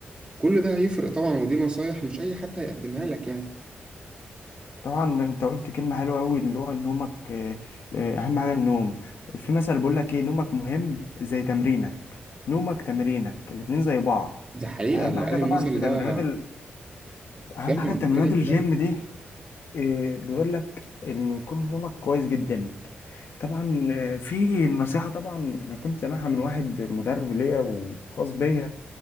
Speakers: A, on the right; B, on the left.
A: كل ده هيفرق طبعا ودي نصايح مش أي حد هيقدمها لك يعني
B: طبعا انت قلت كلمة حلوة قوي اللي هو نومك آه، آه، اهم حاجة النوم في مثل بيقول لك ايه نومك مهم زي تمرينك نومك تمرينك الاتنين زي بعض
A: دي حقيقة
B: فاهم
A: اللي
B: حاجة
A: قال
B: طبعا
A: المثل
B: في
A: ده
B: تمرينات ال...
A: فعلا
B: اهم حاجة
A: بيتكلم
B: في تمرينات
A: بجد
B: الجيم دي آه، بيقول لك ان يكون نومك كويس جدا طبعا آه، في نصيحة طبعا انا كنت سامعها من واحد مدرب ليا وخاص بيا